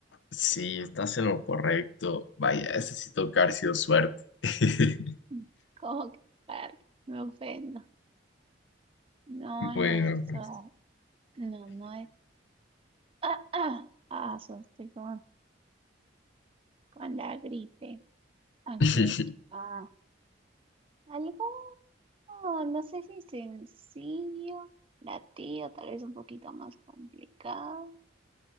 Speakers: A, on the left; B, on the right.
A: Sí, estás en lo correcto. Vaya, ese sí toca haber sido suerte. <laughs>
B: Mm, ¿Cómo que padre? Me ofendo. No,
A: Bueno,
B: no es.
A: pues.
B: ah, No, no es. Ah, ah, ah, so estoy con, con la gripe. Ok.
A: <laughs>
B: Ah, algo. No, no sé si sencillo para ti o tal vez un poquito más complicado,